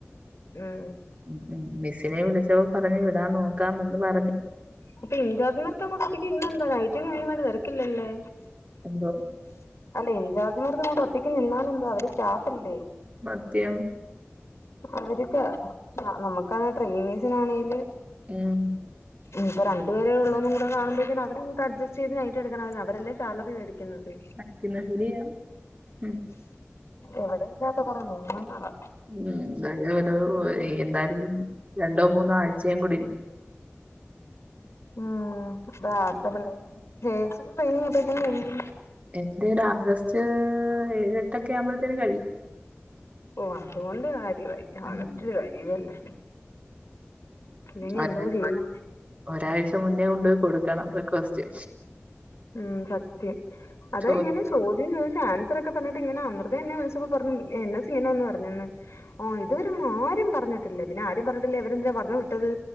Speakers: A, on the left (about 80°); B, on the right (about 35°).
A: ഉം
B: ഉം മിസ്സിനെ വിളിച്ചപ്പൊ പറഞ്ഞു വിടാൻ നോക്കാമെന്ന് പറഞ്ഞു
A: അപ്പം ഇൻചാർജമാർക്കാവുമ്പോ അവരൊറ്റക്ക് നിന്നാന്താ നൈറ്റിന് അയിന് വേണ്ടി തെരക്കില്ലല്ലേ
B: എന്തോ
A: അല്ല ഇൻചാർജ്മാർക്കങ്ങോട്ട് ഒറ്റക്ക് നിന്നാലെന്താ അവര് സ്റ്റാഫല്ലെ
B: മദ്യം
A: അവര്ക്ക് നമുക്കാണ് ട്രെയിനീസിനാണെല്
B: ഉം
A: ഇനീപ്പൊ രണ്ട് പേരെ ഒള്ളൂന്നും കൂടെ കാണുമ്പേക്ക്ന് അവരങ്ങട്ട് അട്ജസ്റ്റ് ചെയ്ത് നൈറ്റെടുക്കണാര്ന്നു അവരെല്ലെ സാലറി മേടിക്ക് ക്ക്ണത്
B: പഠിക്കുന്ന ശരിയാ ഉം.
A: എവിടെം ഇല്ലാത്ത കൊറേ നിയമങ്ങള്
B: ഉം <unintelligible> എന്താലും രണ്ടോ മൂന്നോ ആഴ്ചേം കൂടിം
A: ഉം <unintelligible> പിള്ളേരെ ചേച്ചിടെ ട്രെയിനിങ് അപ്പഴ്ക്കിന് കഴിയും
B: എന്റേര് ആഗസ്റ്റ് ഏഴെട്ടക്കെ ആവുമ്പഴ്ത്തേന് കഴിയും
A: ഓഹ് അതുകൊണ്ട് കാര്യവായി
B: ഉം.
A: ആഗസ്റ്റില് കഴിയുവല്ലേ ഇല്ലെങ്കി
B: ഒരാ
A: എന്തോ ചെയ്യും
B: ഒരാഴ്ച മുന്നേ കൊണ്ട് കൊട്ക്കണം റിക്വെസ്റ്റ്
A: ഉം സത്യം അതാ
B: ചോദ്യം
A: ഇങ്ങനെ ചോദ് ദ്യംചോയ്ച്ച് ആൻസറൊക്കപറഞ്ഞിട്ട് ഇങ്ങനെ അമൃത എന്നെ വിളിച്ചപ്പോ പറഞ്ഞു എന്നെ ചെയ്യാനൊന്നും അറിഞ്ഞൂടന്ന് ആഹ് ഇതുവെര്യാന്ന് ആരും പറഞ്ഞിട്ടില്ലേ പിന്നെ ആരും പറഞ്ഞിട്ടില്ലേ അവരെന്തിനാ പറഞ്ഞു വിട്ടത്